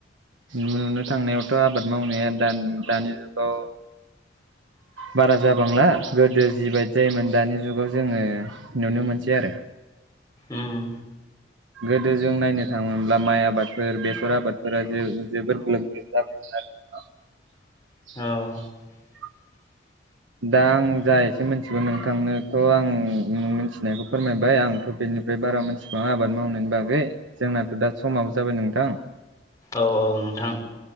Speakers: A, on the right (about 85°); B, on the left (about 15°).
A: नुनो थांनायावथ' आबाद मावनाया दान दानि जुगाव
B: <inaudible>
A: बारा जाबांला गोदो जिबायदि जायोमोन दानि जुगाव जोङो नुनो मोनसै आरो
B: उम
A: गोदो जों नायनो थाङोब्ला माइ आबादफोर बेसर आबादफोरा जोबोर ग्लोब ग्लोब जाबायमोन आरो
B: <inaudible>
A: <inaudible>
B: औ <inaudible>
A: दा आं जा एसे मिथिगौ नोंथांनोथ' आं न मिथिनायखौ फोरमायबाय आंथ' बेनिफ्राय बारा मोनथिबांआ आबाद मावनायनि बागै जोंनाथ' दा समाबो जाबाय नोंथां
B: औ औ नोंथां